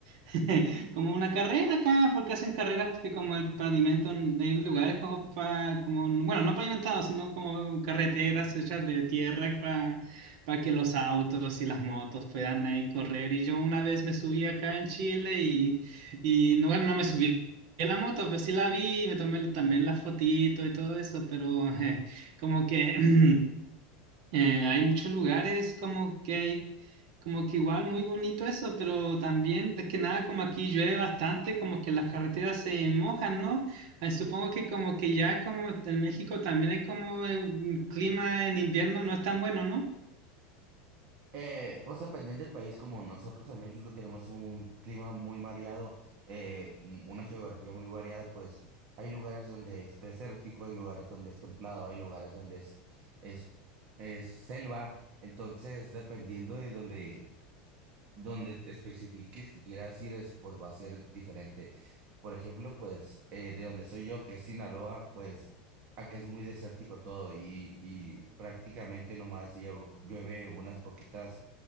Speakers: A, on the right (about 60°); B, on the right (about 40°).
A: <laughs> como una carrera acá, porque hacen carreras porque como el pavimento, hay lugares como para, como, bueno, no pavimentados, sino como carreteras hechas de tierra para para que los autos y las motos puedan ahí correr. Y yo una vez me subí acá en Chile y, y no, bueno, no me subí. En la moto, pero sí la vi, me tomé también la fotito y todo eso, pero <laughs> eh, como que <clears throat> Eh, hay muchos lugares como que hay, como que igual muy bonito eso, pero también, es que nada, como aquí llueve bastante, como que las carreteras se mojan, ¿no? Eh, supongo que como que ya como en México también hay como eh, un clima en invierno no es tan bueno, ¿no?
B: Eh, pues dependiendo del país, como nosotros en México tenemos un clima muy variado, eh, un- una geografía muy variada, pues hay lugares donde es desértico, hay lugares donde es templado, hay lugares donde es, es, es selva. Entonces, dependiendo de donde donde te especifiques que quieras ir, es, pues va a ser diferente. Por ejemplo, pues eh, de donde soy yo, que es Sinaloa, pues acá es muy desértico todo y, y prácticamente nomás llevo- llueve unas poquitas